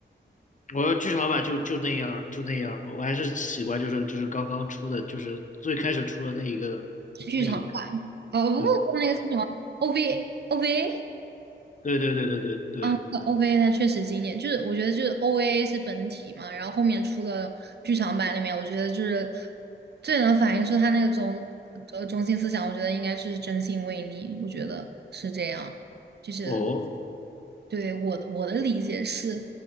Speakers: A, on the left; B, on the right.
A: 我的剧场版就就那样儿就那样儿吧，我还是喜欢就是就是刚刚出的，就是最开始出的那一个那一个，
B: 剧场版，哦不不，
A: 对，
B: 那个是什么 o v OVA
A: 对对对对对对，
B: 嗯，OVA 它确实经典，就是我觉得就是 OVA 是本体嘛，然后后面出了剧场版里面，我觉得就是最能反映出他那个中呃中心思想，我觉得应该是真心为你，我觉得是这样，就是
A: 哦，
B: 对我的我的理解是，